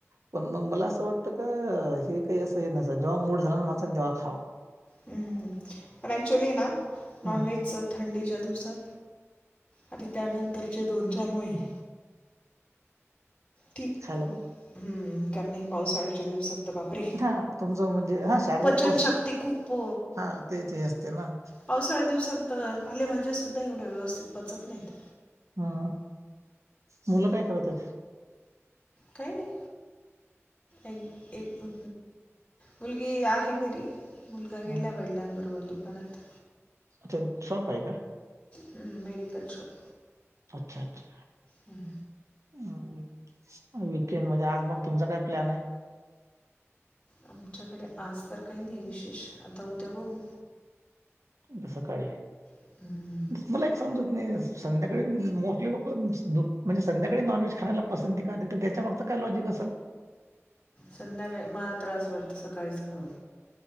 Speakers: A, on the right; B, on the left.
A: पण मग मला असं वाटतं का हे काही असं हे न जेव्हा मूड झाला ना माणसाने तेव्हा खा.
B: हहह पण एक्च्युअली ना नॉनव्हेजच
A: ह
B: थंडीच्या दिवसात आणि त्यानंतरचे दोन चार महिने. ठीक
A: खायला पाहिजे
B: हम्म कारण या पावसाळ्याच्या दिवसात तर बापरे
A: हा तुमचं म्हणजे हा शारीरिक
B: पचनशक्ती
A: थोडस
B: खूप
A: हा ते ते असते ना.
B: पावसाळ्याच्या दिवसात अ पालेभाज्या सुुद्धा एवढ्या व्यवस्थित पचत नाहीत.
A: हा मुलं काय करत्यात?
B: काय नाही. एक एक अ मुलगी आहे घरी. मुलगा
A: हं.
B: गेलाय वडिलांबरोबर दुकानात.
A: अच्छा शाॅप आहे का?
B: हम् मेडीकल शॉप
A: अच्छा अच्छा
B: हम्
A: हम् मग वीकेंड मध्ये आज मग तुमचा काय प्लॅन हाय?
B: आमच्याकडे आज तर काही नाही विशेष आता उद्या बघू.
A: उद्या सकाळी.
B: हम्म.
A: मला एक समजत नाही संध्याकाळी मोठी लोक दुप म्हणजे संध्याकाळी नॉनव्हेज खायला पसंती का देतात त्याच्या माग काय लॉजिक असल?
B: संध्याकाळी मला तर अस वाटतं सकाळीच खाव